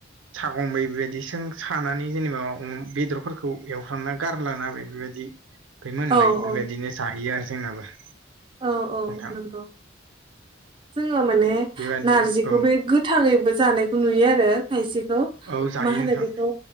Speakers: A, on the right; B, on the right.
A: सागंबायै बेबायदि सों सानानै जेनेबा बेदरफोरखौ एवफ्रामना गारलाना होबाय बेबायदि ओमफ्राय मोनबाय
B: औ
A: बेबायदिनो
B: औ
A: जाहैयो आरो जोंनाबो
B: औ औ
A: नोंथां
B: नंगौ जोङो माने
A: बेबायदिनो
B: नारजिखौ
A: औ
B: बै गो गोथाङैबो जानायखौ नुयो आरो खायसेखौ
A: औ जायो
B: मा होनो
A: नोंथां
B: बेखौ